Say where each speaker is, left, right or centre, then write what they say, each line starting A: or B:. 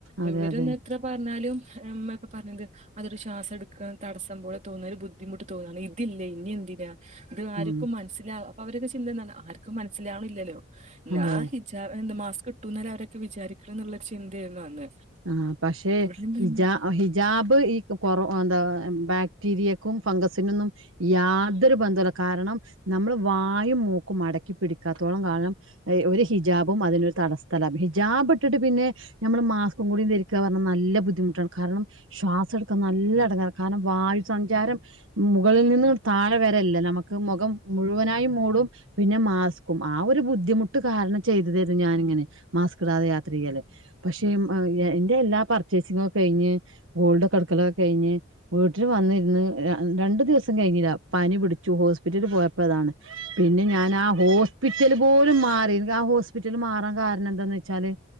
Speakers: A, on the right; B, on the right.
A: അതെ
B: ഇവർ
A: അതെ
B: ഒന്ന് എത്ര പറഞ്ഞാലും. അമ്മയൊക്കെ പറഞ്ഞത് അതൊരു ശ്വാസം എടുക്കാൻ തടസ്സം പോലെ തോന്നൽ ഒരു ബുദ്ധിമുട്ട് തോന്നാണ്, ഇതില്ലേ ഇനി എന്തില്ല. അത് ആർക്കും
A: ഉം
B: മനസ്സിവും. അവരുടെ ചിന്ത എന്തെന്നാൽ അവർക്ക് പണിക്ക്. മനസ്സിലാവുന്നില്ലല്ലോ ഞാൻ
A: അതെ
B: <unintelligible> എന്ന് പ കിട്ടുംന്നാല് അവരൊക്കെ വിചാരിക്കണ്ന്നുള്ളൊര് ചിന്തയർന്ന് അന്ന്
A: ആ പക്ഷെ
B: ഇവിടെ എന്താണ്
A: ഹിജ ഹിജാബ് ഈ കൊറോ എന്താ ബാക്ടീരിയ ക്കും ഫംഗാസിനൊന്നും യാതൊരു ബന്ധോല്ല കാരണം നമ്മൾ വായും മൂക്കും അടക്കി പിടിക്കാത്തോളം കാലം ഇഹ് ഒരു ഹിജാബും അതിനൊരു തടസ്ഥല്ല ഹിജാബ് ഇട്ടിട്ട് പിന്നെ നമ്മൾ മാസ് കും കൂടിയും ധരിക്കുക പറഞ്ഞാൽ നല്ല ബുദ്ധിമുട്ടാണ് കാരണം ശ്വാസം എടുക്കാൻ നല്ല ഇടങ്ങേറാ കാരണം വയ് സഞ്ചാരം
B: ഉം
A: മുകളിൽ നി ന്നും താഴെ വരല്ല നമുക്ക് മുഖം മുഴുവനായും മൂടും പിന്നെ മാസ്കും ആ ഒരു ബുദ്ധിമുട്ട് കാരണം ചെയ്തതാരുന്നു ഞാനിങ്ങനെ മാസ്ക് ഇടാതെ യാത്രേയ്യാല് പക്ഷേ ആഹ് എന്റെ എല്ലാ പർ ച്ചേസിങ്ങൊക്കെ കഴിഞ്ഞ് ഗോൾഡൊക്കെടുക്കലൊക്കെ കഴിഞ്ഞ് വീട്ടിൽ വന്നിന്ന് ര രണ്ടു ദിവസം കഴിഞ്ഞില്ല പനി പിടിച്ചു ഹോസ്പിറ്റലിൽ പോയപ്പോതാണ് പിന്നെ ഞാൻ ആ ഹോസ്പിറ്റല് പോലും മാറി ആ ഹോസ്പിറ്റൽ മാറാൻ കാരണം എന്താന്ന് വെച്ചാല്